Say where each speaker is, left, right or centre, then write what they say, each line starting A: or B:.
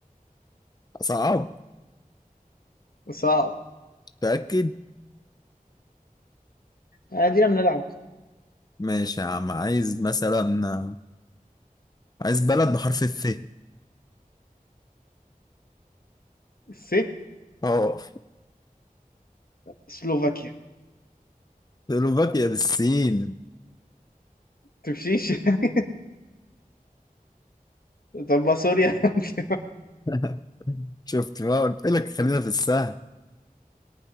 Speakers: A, on the left (about 25°); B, on the left (about 80°).
A: صعب
B: صعب
A: تأكد
B: ادينا بنلعب
A: ماشي يا عم عايز مثلا عايز بلد بحرف الف
B: س
A: اه
B: سلوفاكيا
A: سلوفاكيا بالسين
B: تمشيش <laughs> طب ما سوريا <laughs>
A: <laughs> شفت بقى قلت لك خلينا في السهل